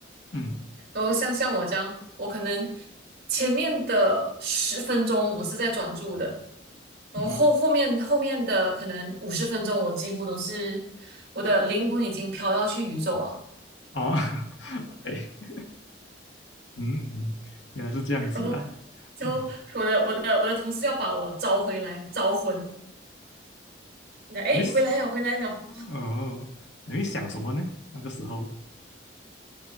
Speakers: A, on the left; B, on the right.
A: 嗯
B: 然后像像我这样，我可能前面的十分钟我是在专注的，然后后后面后面的可能五十分钟，
A: 嗯哼
B: 我几乎都是我的灵魂已经飘到去宇宙了。
A: 哦 <laughs>，OK，嗯，原来是这样子啊。
B: 然后就我的我的我的同事要把我招回来，
A: 哦，
B: 招魂。那哎，
A: 你会
B: 回来了，回来了，
A: 哦，你会想什么呢？那个时候，